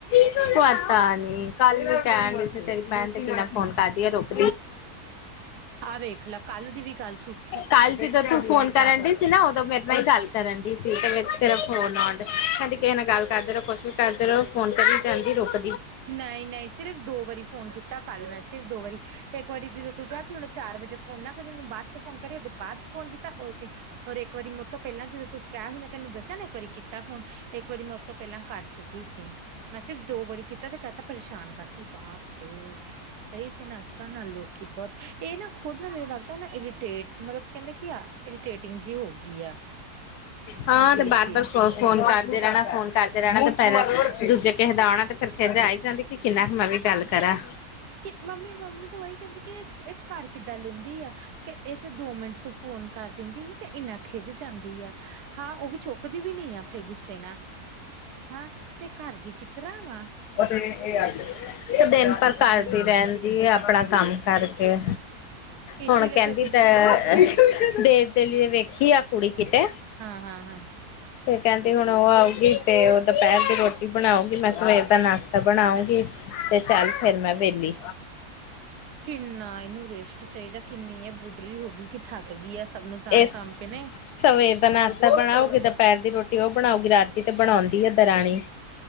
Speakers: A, on the left; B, on the right.
A: ਪਤਾ ਨੀ ਕਲ ਨੂੰ ਕੈਣ ਡੀ ਸੀ, ਤੇਰੀ ਭੈਨ ਤੇ ਕਿਨਾ ਫੋਨ ਕਰਦੀ ਏ ਰੁਕ
B: ਆ ਵੇਖ ਲਾ ਕੱਲ ਦੀ ਵੀ ਗੱਲ ਝੂਠ
A: ਕੱਲ ਜਿਦੋ ਤੂੰ ਫੋਨ ਕਰਨ ਡ ਦੀ ਸੀ ਨਾ ਉਦੋਂ ਮੇਰੇ ਨਾਲ ਹੀ ਗੱਲ ਕਰਨ ਡੀ ਸੀ ੳਧੋ ਮੇਰੇ ਨਾਲ ਹੀ ਗਲ ਕਰਨ ਡੀ ਸੀ ਤੇ ਵਿੱਚ ਤੇਰਾ ਫੋਨ ਆ ਗਿਆ ਕੇਂਦੀ ਕਿਹੇ ਨਾਲ ਗੱਲ ਕਰਦੇ ਰਹੋ ਕੁਛ ਵੀ ਕਰਦੇ ਰਹੋ, ਫੋਨ ਕਰੀ ਜਾਂਦੀ ਰੁਕ
B: ਨਈ-ਨਈ ਸਿਰਫ਼ ਦੋ ਵਾਰੀ ਫੋਨ ਕੀਤਾ ਕੱਲ ਮੈਂ ਸਿਰਫ ਦੋ ਵਾਰੀ ਤੇ ਇੱਕ ਵਾਰੀ ਜਦੋਂ ਤੂ ਕਿਹਾ ਸੀ ੳਨੂੰ ਚਾਰ ਵਜੇ ਫੋਨ ਨਾ ਕਰੀ ੳਨੂੰ ਬਾਦ ਚ ਫੋਨ ਕਰੀ ੳਦੇ ਬਾਦ ਫੋਨ ਕੀਤਾ, ੳ ਈ ਹੋਰ ਇੱਕ ਵਾਰੀ ਮੇਤੋਂ ਪਹਿਲਾਂ ਜਦੋਂ ਤੂੰ ਕਿਹਾ ਸੀ, ਮੈਂ ਤੈਨੂੰ ਦੱਸਿਆ ਨਾ ਇੱਕ ਵਾਰੀ ਕੀਤਾ ਫੋਨ ਇੱਕ ਵਾਰੀ ਮੈਂ ੳਤੋਂ ਪਹਿਲਾਂ ਕਰ ਚੁੱਕੀ ਸੀ, ਮੈਂ ਸਿਰਫ਼ ਦੋ ਵਾਰੀ ਕੀਤਾ ਤੇ ਕੈ ਤਾ ਪਰੇਸ਼ਾਨ ਕਰਦੀ ਬਾਪ ਇਹ ਸਹੀ ਚ ਨਾ ਅੱਜ-ਕਲ ਨਾ ਲੋਕੀ ਬੋਤ, ਇਹ ਨਾ ਖੁਦ ਨਾ ਮੈਨੂੰ ਲੱਗਦਾ ਨਾ ਇਰੀਟੇਟ ਮਤਲਬ ਕੈਂਦੇ ਕੀ ਆ ਇਰੀਟੇਟਿੰਗ ਜੀ ਹੋ ਗਈ ਆ,
A: ਹਾਂ
B: ਅਜੀਬ
A: ਤੇ ਬਾਰ
B: ਜੀ
A: ਬਾਰ ਫੋਨ ਕਰਦੇ ਰਹਣਾ, ਫੋਨ ਕਰਦੇ ਰਹਣਾ ਤੇ ਫੇਰ ਦੂਜੇ ਕਿਹੇ ਦਾ ਆਣਾ ਤੇ ਫੇਰ ਫੇਰ ਜਾਈ ਜਾਂਦੀ ਕਿ ਕਿੰਨਾ ਕੁ ਮੈਂ ਵੀ ਗੱਲ ਕਰਾਂ।
B: ਕਿ ਮੰਮੀ ਮੰਮੀ ਤੇ ਉਹੀ ਕੈੰਦੀ ਕਿ ਏ ਕਰ ਕਿਦਾਂ ਲੈਂਦੀ ਆ ਕੇ ਏਹ ਚ ਦੋ ਮਿੰਟ ਤੂੰ ਫੋਨ ਕਰ ਦੇਂਦੀ ਤੇ ਏਨਾ ਖਿਝ ਜਾਂਦੀ ਆ ਹਾਂ ੳਵੀ ਚੁੱਕਦੀ ਵੀ ਨੀ ਆ ਫਿਰ ਗੁੱਸੇ ਨਾਲ ਹਾਂ ਤੇ ਕਰ ਦੀ ਕਿਤਰਾਂ ਵਾਂ
A: ਤੇ ਦਿਨ ਪਰ ਕਰਦੀ
B: ਜੀ ਆ
A: ਰੇਣ ਇਹ ਅਪਣਾ ਕੰਮ ਕਰਕੇ,
B: ਇਸੇ
A: ਹੁਣ
B: ਲਈ
A: ਕੇਹੰਦੀ
B: ਫੇਰ ਕੋਈ
A: ਤੇਂ
B: ਦੂਸਰਾ
A: ਦੇ ਤੇਰੇ ਲਿਏ ਵੇਖੀ ਆ ਕੁੜੀ ਕਿਤੇ
B: ਹਾਂ-ਹਾਂ-ਹਾਂ।
A: ਤੇ ਕੇਹੰਦੀ ਹੁਣ ਉਹ ਆਊਗੀ ਤੇ ਉਹ ਦੁਪੇਹਰ ਦੀ ਰੋਟੀ ਬਣਾਉਗੀ, ਮੈਂ ਸਵੇਰ ਦਾ ਨਾਸ਼ਤਾ ਬਣਾਉਂਗੀ। ਤੇ ਚੱਲ ਫੇਰ ਮੈਂ ਵੇਹਲੀ।
B: ਕਿੰਨਾ ਏਹਨੂੰ ਰੈਸਟ ਚਾਈਦਾ, ਕਿੰਨੀ ਏਹ ਬੁੱਡਰੀ ਹੋ ਗਈ, ਕਿ ਥੱਕ ਗਈ ਐ ਸਭ ਨੂੰ ਸਾਂਭ-ਸਾਂਭ
A: ਇਸ
B: ਕੇ ਨਈ?
A: ਸਵੇਰ ਦਾ ਨਾਸ਼ਤਾ ਬਣਾਉਗੀ, ਦੋਪੇਹਰ ਦੀ ਰੋਟੀ ਉਹ ਬਣਾਉਗੀ, ਰਾਤ ਦੀ ਤੇ ਬਣਾਉਂਦੀ ਏ ਦਰਾਣੀ।